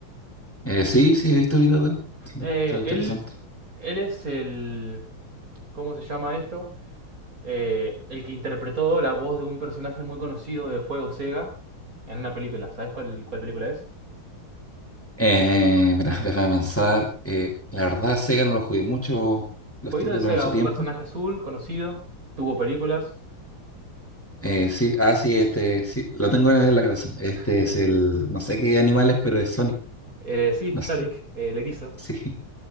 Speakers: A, in the centre; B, on the right.
A: Eh, sí, sí, he visto videos de él. Son,
B: Eh,
A: son interesantes.
B: él, él es el, ¿cómo se llama esto? Eh, el que interpretó la voz de un personaje muy conocido de juego Sega en una película. ¿Sabes cuál, cuál película es?
A: Eh, mira, déjame pensar. Eh, la verdad, Sega no lo jugué mucho los
B: Jueguito
A: títulos
B: de Sega,
A: en su
B: un
A: tiempo.
B: personaje azul conocido, tuvo películas.
A: Eh, sí, ah, sí, este, sí, lo tengo en la cabeza. Este
B: <laughs>
A: es el, no sé qué animales, pero es Sonic.
B: Eh, sí,
A: No s-
B: Sonic, eh, el erizo.
A: sí,